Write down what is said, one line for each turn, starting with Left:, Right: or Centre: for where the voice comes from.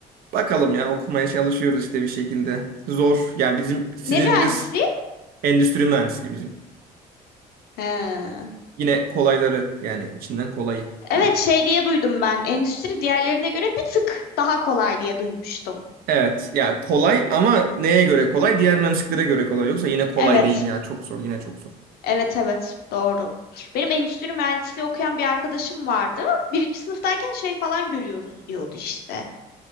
Right: bakalım ya okumaya çalışıyoruz işte bir şekilde. Zor. Yani bizim sizin
Left: Ne mühendisliği?
Right: bir de s- endüstri mühendisliği bizim.
Left: He.
Right: Yine kolayları yani içinden kolayı
Left: Evet
Right: diyeyim.
Left: şey diye duydum ben. Endüstri diğerlerine göre bir tık daha kolay diye duymuştum.
Right: Evet ya kolay ama neye göre kolay? Diğer mühendisliklere göre kolay. Yoksa yine kolay
Left: Evet.
Right: değil ya. Çok zor yine çok zor.
Left: Evet evet doğru. Benim endüstri mühendisliği okuyan bir arkadaşım vardı. Birinci sınıftayken şey falan görüyoruz diyordu işte.